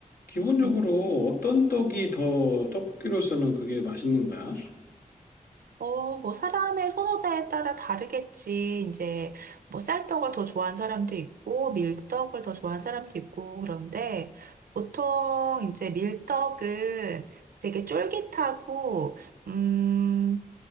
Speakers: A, on the left; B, on the right.
A: 기본적으로
B: 음.
A: 어떤 떡이 더 떡볶이로서는 그게 맛있는 거야?
B: 어, 뭐, 사람의 선호도에 따라 다르겠지. 이제, 뭐, 쌀떡을 더 좋아하는 사람도 있고, 밀떡을 더 좋아하는 사람도 있고, 그런데, 보통, 이제, 밀떡은 되게 쫄깃하고, 음,